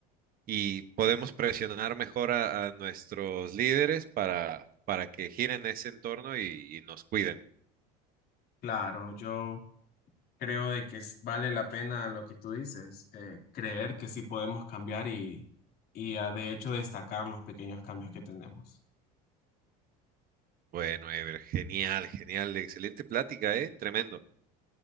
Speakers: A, on the right; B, on the left.
A: y podemos presionar mejor a, a nuestros líderes para, para que giren ese entorno y, y nos cuiden.
B: Claro, yo creo de que es- vale la pena lo que tú dices, eh, creer que sí podemos cambiar y, y ah, de hecho destacar los pequeños cambios que tenemos.
A: Bueno, Ever, genial, genial, excelente plática, ¿eh? Tremendo.